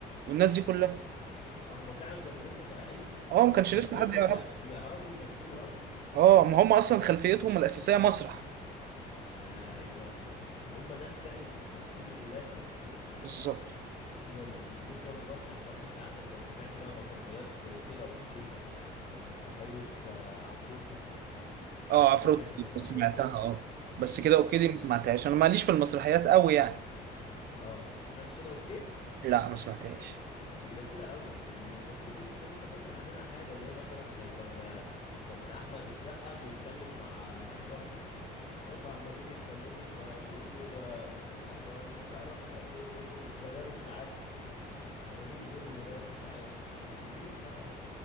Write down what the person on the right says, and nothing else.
والناس دي كلها
اه ما كانش
لسه
حد يعرف
اه ما هم اصلا خلفيتهم الاساسيه مسرح
بالظبط
اه عفروت
سمعتها
اه بس كده اوكي دي ما سمعتهاش انا ماليش في المسرحيات قوي يعني
لا ما سمعتهاش